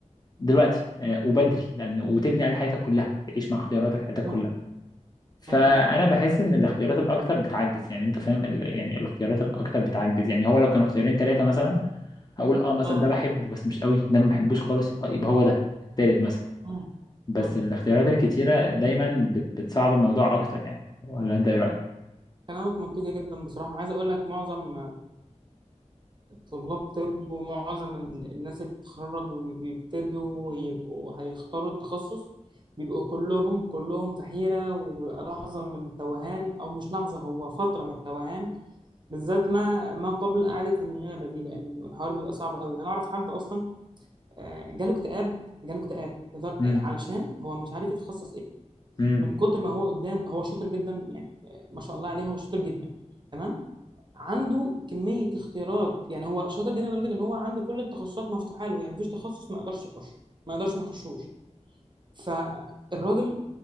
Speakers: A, on the left (about 35°); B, on the right (about 40°).
A: دلوقتي آه، وبدري لان وتبني عليه حياتك كلها تعيش مع اختياراتك حياتك
B: مم،
A: كلها فانا
B: مم،
A: بحس ان الاختيارات الاكتر بتعجز يعني انت فاهم ال... يعني الاختيارات الاكتر بتعجز يعني هو لو كانوا اختيارين ثلاثه مثلا هقول اه مثلا
B: اه
A: ده بحبه بس مش قوي ده ما بحبوش خالص آه، يبقى هو ده التالت مثلا
B: مم،
A: بس
B: مم.
A: الاختيارات الكتيره دايما بت... بتصعب الموضوع اكتر يعني ولا انت ايه رايك
B: كلامك منطقي جدا بصراحه عايز اقول لك معظم طلاب طب ومعظم ال- الناس اللي بتتخرج وبيبتدوا يبقوا هيختاروا التخصص بيبقوا كلهم كلهم في حيرة وبيبقى لحظة من التوهان أو مش لحظة هو فترة من التوهان بالذات ما ما قبل إعادة النيابة دي لأن الحوار بيبقى صعب قوي أنا أعرف حد أصلا آه، جاله اكتئاب جاله اكتئاب
A: امم
B: علشان هو مش عارف يتخصص إيه
A: امم
B: من كتر ما هو قدام هو شاطر جدا يعني ما شاء الله عليه هو شاطر جدا تمام عنده كمية اختيارات يعني هو شاطر جدا لدرجة ان هو عنده كل التخصصات مفتوحة له يعني مفيش تخصص ما يقدرش يخش ما يقدرش ما يخشوش فالراجل